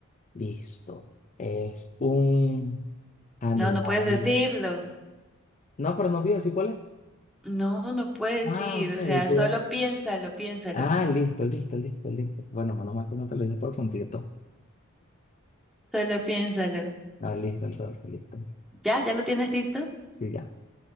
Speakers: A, on the left; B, in the centre.
A: Listo. Es un animal.
B: No, no puedes decirlo.
A: No, pero no te iba a decir cuál es.
B: No, no puedes
A: Ah,
B: ir.
A: ok,
B: O sea,
A: tú.
B: solo piénsalo, piénsalo.
A: Ah, listo, listo, listo, listo. Bueno, menos mal que no te lo dije por completo.
B: Solo piénsalo.
A: Ah, listo, entonces, listo.
B: ¿Ya? ¿Ya lo tienes listo?
A: Sí, ya.